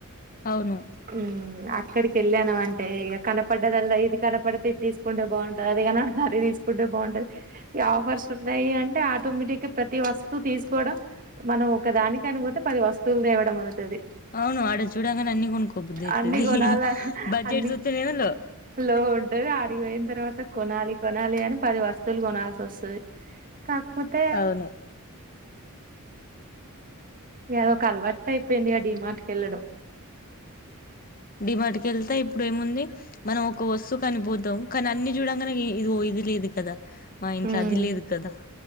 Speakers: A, on the left; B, on the right.
A: అవును
B: ఉ ఇక్కడికి వెళ్ళాను అంటే ఇక కనపడ్డదల్ ఇది కనపడ తట్టి తీసుకుంటే బాగుంటది అదే కాన దరి తీసుకుంటే బాగుంటది ఈ ఆఫర్స్ ఉన్నాయి అంటే ఆటోమేటిక్గా ప్రతి వస్తువు తీసుకోవడం మనం ఒక దాని కానికపోతే పది వస్తువులు తేవడం అవుతుంది
A: అవును ఆడ చూడంగానే అన్ని కొనుక్కోబుద్ది అయితది
B: అన్ని కొనాలి
A: బడ్జెట్
B: అన్ని
A: చూత్తేనేమో లో
B: లో ఉడ్డవి అడిగిపోయిన తర్వాత కొనాలి కొనాలి అని పది వస్తువులు గుణాల స సే కాకపోతే
A: అవును
B: ఏదో ఒక అలవాటు అయిపోయింది ఆ డీమాటకి వెళ్ళడం
A: మాటుక వెళ్తేా ఇప్పుడు ఏముంది మనం ఒక వస్తు కనిపోద్దాం కానీ అన్ని చూడంగానే ఇదిో ఇది లేదు కదా మా ఇంట్లో
B: ఊమ్
A: అది లేదు కదా